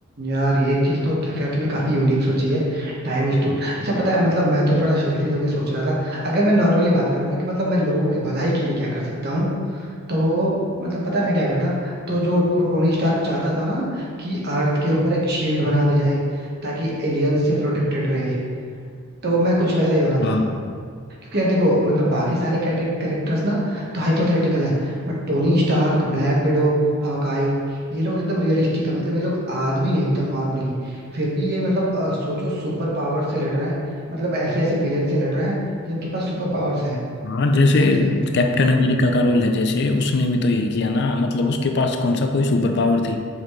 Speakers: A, on the right; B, on the left.
A: यार ये चीज तो खैर तुमने काफी यूनिक सोची है Time stone अच्छा पता है मतलब मैं तो थोड़ा सेल्फिश होके सोच रहा था अगर मैं नॉर्मली बात करूँ ना कि मतलब मैं लोगों की भलाई के लिए क्या कर सकता हूँ तो मतलब पता है मैं क्या करता तो जो टो- टोनी स्टार्क चाहता था ना कि अर्थ के ऊपर एक शील्ड बना दी जाए ताकि एलियंस से प्रोटेक्टेड रहे तो मैं कुछ वैसा ही बना
B: हाँ
A: था क्योंकि यार देखो मतलब बाकी सारे कैरेक्टर्स ना तो हाइपोथेटिकल है but Tony Stark Black Widow Hawkeye ये लोग एकदम रियलिस्टिक है मतलब ये लोग आदमी है एकदम नॉर्मली फिर भी ये मतलब अ, सोचो सुपर पावर से लड़ रहे हैं मतलब ऐसे ऐसे विलेन से लड़ रहे हैं जिनके पास सुपर पावर्स है
B: हाँ जैसे
A: है कि नहीं
B: कैप्टन अमेरिका का रोल है जैसे उसने भी तो यही किया ना मतलब उसके पास कौन सा कोई सुपर पावर थी